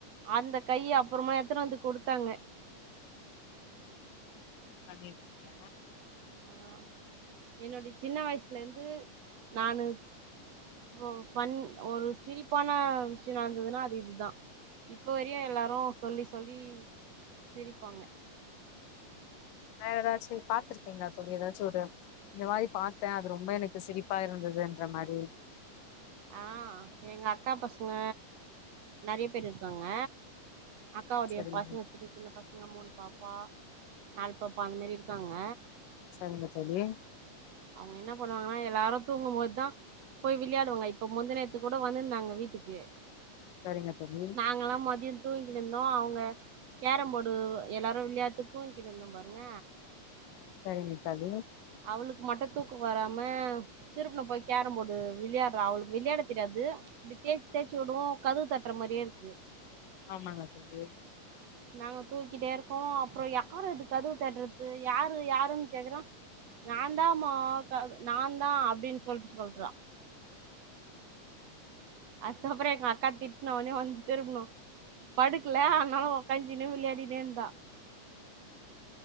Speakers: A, on the right; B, on the left.
A: அந்த கைய அப்பறமா எடுத்துன்னு வந்து கொடுத்தாங்க
B: பண்ணிருக்கீங்க
A: ஆஹ் என்னுோடய சின்ன வயசுல இருந்து நானு இப்ப பண் ஒரு சிரிப்பான விஷய நடந்ததுன்னா அது இதுதா இப்போ வரையு எல்லாரு சொல்லி சொல்லி சிரிப்பாங்க
B: வேற ஏதாச்சும் பாத்துருக்கீங்களா தோழி ஏதாச்சும் ஒரு இந்த மாதிரி பார்த்த அது ரொம்ப எனக்கு சிரிப்பா இருந்ததுன்ற மாதிரி
A: ஆஹ் எங்க அக்கா பசங்க நெறைய பேர் இருக்காங்க அக்காவுடைய
B: சரிங்க
A: பசங்க சின்ன சின்ன பசங்க மூணு பாப்பா நாலு பாப்பா அந்த மாதிரி இருக்காங்க
B: செரிங்க தோழி
A: அவங்க என்ன பண்ணுவாங்கன்னா எல்லாரு தூங்கும் போதுதா போய் விளையாடுவாங்க இப்ப முந்த நேத்துக்கு கூட வந்திருந்தாங்க வீட்டுக்கு
B: சரிங்க தோழி
A: நாங்கல்லா மதிய தூங்கின்னிந்தோ அவங்க கேரம் போர்டு எல்லாரும் விளையாட்டு தூங்கின்னிந்தோ பாருங்க
B: சரிங்க தோழி
A: அவளுக்கு மட்டு தூக்க வராம திருப்பன போய் கேரம் போர்டு விளையாடுறா அவளுக்கு விளையாட தெரியாது இப்டி தே்சி தே்ச்சு விடும்வவும் கதுவு தட்டுற மாதிரியே இருக்கு
B: ஆமாங்க தோழி
A: நாங்க தூக்கிட்டே இருக்கோ அப்பற யாரு அது கதவு தட்டுறது யாரு யாருன்னு கேக்குறோ நா தாமா நா தா அப்டின்னு சொல்லிட்டு சொல்றா அதுக்கப்பற எங்க அக்கா திட்னோனே வந்து திரும்பணும் படுக்கல அதனால உடக்கஞ்சினே விளையாடினே இருந்தா